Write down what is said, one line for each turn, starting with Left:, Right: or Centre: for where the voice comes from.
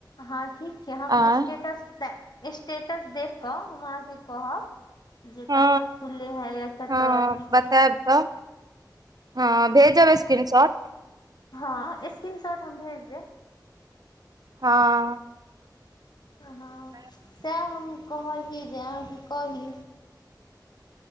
Left: हँ ठीक छै हम
Right: आँय
Left: स्टेटस स्टेटस देख कऽ हम अहाँके कहब जे
Right: हँ
Left: कतय खुले हइ या कतय
Right: हँ
Left: अथी
Right: बतायब
Left: छै
Right: तऽ हँ भेजब स्क्रीन शॉट
Left: हँ स्क्रीन शॉट हम भेज देब
Right: हँ
Left: ह हँ
Right: <inaudible>
Left: सएह हम कहलियै जे अहाँके कही